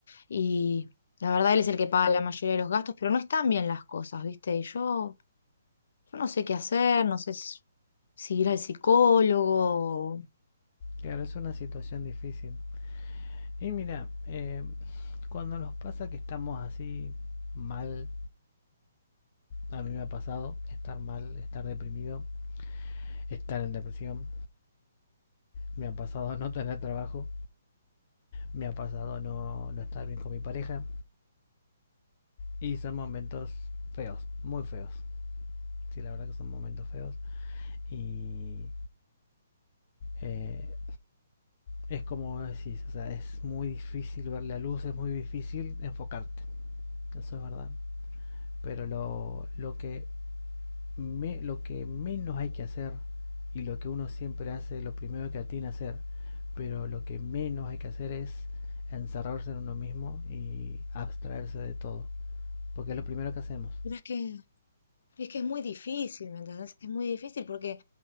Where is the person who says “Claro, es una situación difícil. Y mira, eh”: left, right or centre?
Left